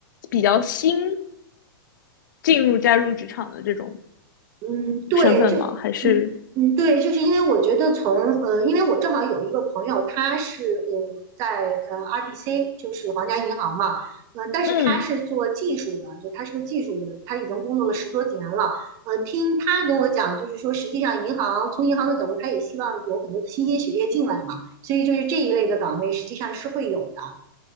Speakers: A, on the left (about 55°); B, on the right (about 25°).
A: 比较新进入加入职场的这种
B: 嗯，对，
A: 身份吗？
B: 就嗯嗯，
A: 还是
B: 对，就是因为我觉得从呃，因为我正好有一个朋友，他是呃在呃 RBC，就是皇家银行嘛，呃，但是他是做技术的，
A: 嗯
B: 就他是个技术的，他已经工作了十多几年了。呃，听他跟我讲，就是说实际上银行从银行的角度，他也希望有很多的新鲜血液进来嘛，所以就是这一类的岗位实际上是会有的。